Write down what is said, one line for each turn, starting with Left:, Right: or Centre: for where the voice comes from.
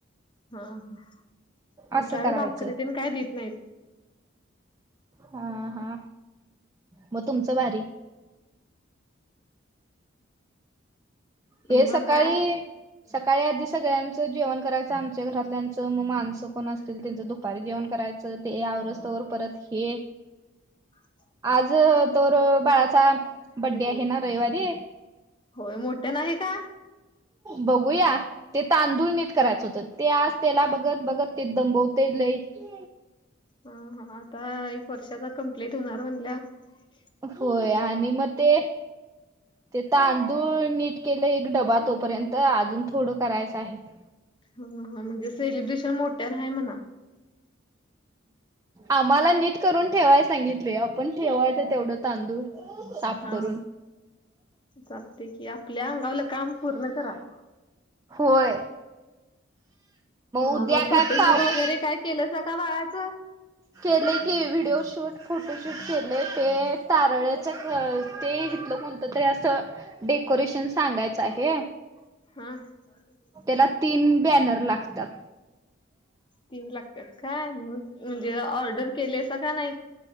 Left: हा हा आमच्याकडे
Right: असं करायचं
Left: भाकरी तेन काय देत नाहीत
Right: हा हा मग तुमचं भारी
Left: मग
Right: हे सकाळी
Left: काय
Right: <unintelligible> सकाळी आधी सगळ्यांचं जेवण करायच आमच्या घरातल्यांचं मग माणसं कोण असतील त्यांचं दुपारी जेवण करायच ते आवरो औस्तवर परत हे
Left: ह
Right: आज तरो बाळाचा बड्डे आहे ना रविवारी <unintelligible>
Left: होय मोठ्या नाही आहे का
Right: बघूया ते तांदूळ नट करायचं होतं ते आज त्याला बघत बघत ते दंबवते लय <unintelligible>
Left: ह आता एक वर्षाचा कंप्लीट होणार म्हणल्या <unintelligible>
Right: होय आणि मग ते ते तांदूळ नीट केलं एक डबा तोपर्यंत अजून थोडं करायचं आहे <unintelligible>
Left: ह ह म्हणजे सेलिब्रेशन मोठ्या आहे म्हणा <unintelligible>
Right: आम्हाला नीट करून ठेवाय सांगितले आपण ठेवायच तेवढं तांदूळ साफ
Left: हा
Right: करून
Left: चालते की आपल्या अंगावलं काम पूर्ण करा <unintelligible>
Right: होय
Left: हा
Right: उद्या
Left: मग फोटोशूट
Right: काय पाऊ
Left: वगैरे काय केलं स का बाळाच <unintelligible>
Right: केले की व्हिडिओ शूट फोटोशूट केले ते तारळच ख ते घेतलं कोणत तरी असं डेकोरेशन सांगायचं आहे <unintelligible>
Left: हम <unintelligible>
Right: त्याला तीन बॅनर लागतात
Left: तीन लागतात काय म म्हणजे ऑर्डर केलेस का नाही <unintelligible>